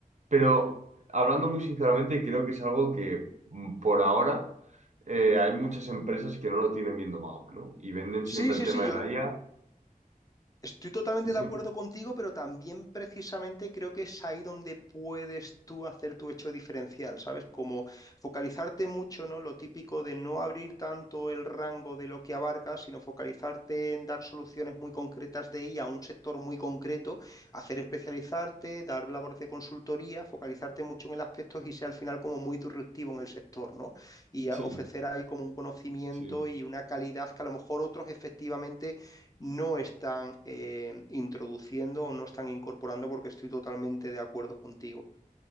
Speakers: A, on the right; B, on the left.
A: pero hablando muy sinceramente, creo que es algo que mm, por ahora eh, hay muchas empresas que no lo tienen bien domado, ¿no? Y venden
B: Sí,
A: siempre
B: sí,
A: el tema
B: sí, yo,
A: de la IA
B: Estoy totalmente
A: y son...
B: de acuerdo contigo, pero también precisamente creo que es ahí donde puedes tú hacer tu hecho diferencial, ¿sabes? Como focalizarte mucho, ¿no? Lo típico de no abrir tanto el rango de lo que abarcas, sino focalizarte en dar soluciones muy concretas de IA a a un sector muy concreto, hacer especializarte, dar labores de consultoría, focalizarte mucho en el aspecto y ser al final como muy disruptivo en el sector, ¿no? Y
A: Sí,
B: a- ofrecer ahí como un conocimiento
A: sí,
B: y una calidad que a lo mejor otros efectivamente no están eh, introduciendo o no están incorporando, porque estoy totalmente de acuerdo contigo.